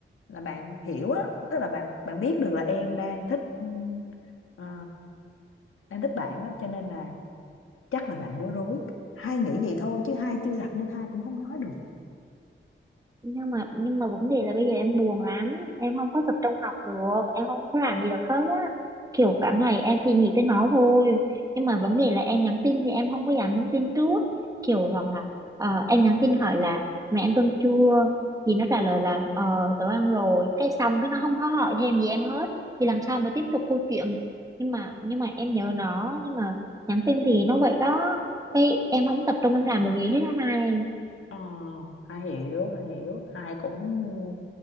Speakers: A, on the left; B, on the right.
A: là bạn hiểu á tức là bạn bạn biết được là em đang thích ừm, ờ, đang thích bạn á cho nên là chắc là bạn bối rối hai nghĩ vậy thôi chứ hai chưa gặp nên hai cũng không nói được
B: nhưng mà nhưng mà vấn đề là bây giờ em buồn lắm em không có tập trung học được em không có làm gì được hết á kiểu cả ngày em chỉ nghĩ tới nó thôi nhưng mà vấn đề là em nhắn tin thì em không có dám nhắn tin trước kiểu hoặc là ờ, em nhắn tin hỏi là mẹ ăn cơm chưa thì nó trả lời là ờ tớ ăn rồi cái xong cái nó không có hỏi thêm gì em hết thì làm sao mà tiếp tục câu chuyện nhưng mà nhưng mà em nhớ nó nhưng mà nhắn tin thì nó vậy đó cái em không tập trung em làm được gì hết á hai
A: Ờ, hai hiểu, hai hiểu, hai cũng